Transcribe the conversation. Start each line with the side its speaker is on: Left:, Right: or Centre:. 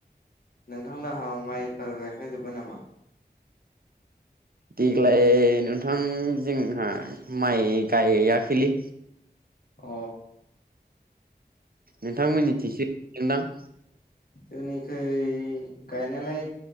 Left: नोंथां लाहा माइफोर गायखां जोबाय नामा।
Right: देग्लाय नोंथां जोंहा माइ गायाखैलै।
Left: अ।
Right: नोंथांमोननिथिं सो गायदोंदां।
Left: जोंनिखै गायनायालाय